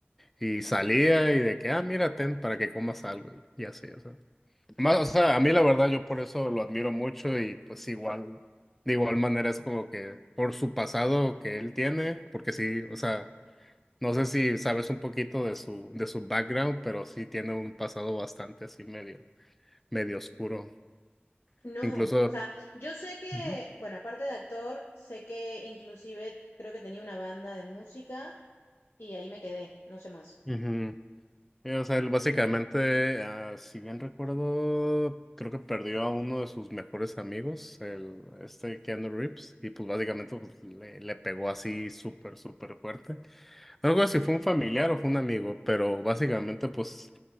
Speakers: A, in the centre; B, on the left.
A: Y salía y de que, ah, mira, ten para que comas algo. Y así, o sea. Más, o sea, a mí la verdad yo por eso lo admiro mucho y pues igual, de igual manera es como que por su pasado que él tiene, porque sí, o sea, no sé si sabes un poquito de su, de su background, pero sí tiene un pasado bastante así medio, medio oscuro.
B: No,
A: Incluso...
B: o sea, yo sé que,
A: Ujú.
B: bueno, aparte de actor, sé que inclusive creo que tenía una banda de música y ahí me quedé, no sé más.
A: Ujú. Eh, O sea, él básicamente, ah, si bien recuerdo, creo que perdió a uno de sus mejores amigos, el, este Keanu Reeves, y pues básicamente pues, le, le pegó así súper, súper fuerte. No recuerdo si fue un familiar o fue un amigo, pero básicamente pues